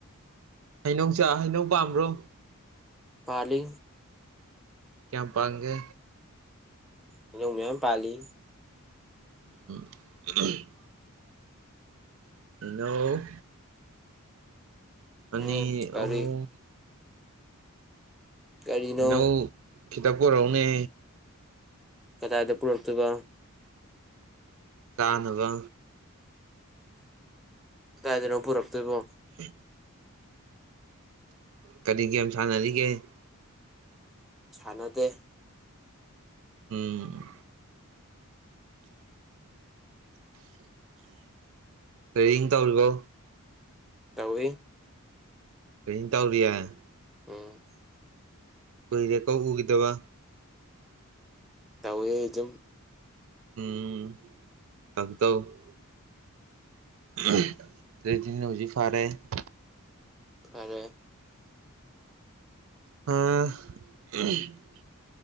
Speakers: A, on the right (about 65°); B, in the centre.
A: ꯍꯩꯅꯧꯆꯥꯥ ꯍꯩꯅꯧ ꯄꯥꯟꯕ꯭ꯔꯣ?
B: ꯄꯜꯂꯤ꯫
A: ꯀꯌꯥꯝ ꯄꯦꯟꯒꯦ?
B: ꯍꯩꯅꯧ ꯃꯌꯥꯝ ꯄꯥꯜꯂꯤ꯫
A: <unintelligible> ꯍꯩꯅꯧ ꯑꯅꯤ
B: ꯎꯝ ꯀꯔꯤ
A: ꯑꯍꯨꯝ꯫
B: ꯀꯔꯤꯅꯣ
A: ꯍꯩꯅꯧ ꯈꯤꯇ ꯄꯨꯔꯛꯎꯅꯦ꯫
B: ꯀꯗꯥꯏꯗ ꯄꯨꯔꯛ ꯇꯣꯏꯕ?
A: ꯆꯅꯥꯕ꯫
B: ꯀꯥꯏꯗꯅꯣ ꯄꯨꯔꯛꯇꯣꯏꯕꯣ?
A: <inaudible> <unintelligible> ꯀꯔꯤ ꯒꯦꯝ ꯁꯥꯟꯅꯔꯤꯒꯦ?
B: ꯁꯅꯗꯦ꯫
A: ꯎꯝ ꯇ꯭ꯔꯦꯅꯤꯡ ꯇꯧꯔꯤꯕꯣ?
B: ꯇꯧꯏ꯫
A: <unintelligible>
B: ꯎꯝ
A: ꯀꯨꯏꯔꯦ ꯀꯣ ꯎꯈꯤꯗꯕ꯫
B: ꯇꯋꯦꯖꯨꯝ
A: ꯎꯝ ꯇꯧ ꯇꯧ <unintelligible>
B: ꯐꯔꯦ꯫
A: ꯑ <unintelligible>